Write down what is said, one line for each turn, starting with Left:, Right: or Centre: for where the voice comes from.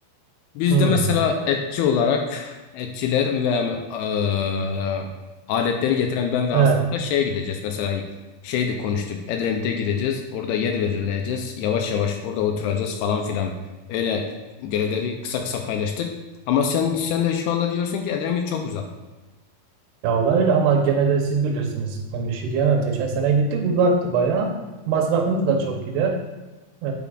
Left: Bizde
Right: Hmm.
Left: mesela etçi olarak etçiler ve eee, aletleri getiren ben ve Hasan'la
Right: He.
Left: şeye gideceğiz. Mesela şeydi konuştuk. Edremit'e gireceğiz. Orada yer verileceğiz Yavaş yavaş orada oturacağız falan filan. Öyle görevleri kısa kısa paylaştık. Ama sen sen de şu anda diyorsun ki Edremit çok uzak.
Right: Ya valla öyle ama gene de siz bilirsiniz. Ben bir şey diyemem. Geçen sene gittik uzaktı bayağı. Masrafınız da çok gider. Ee,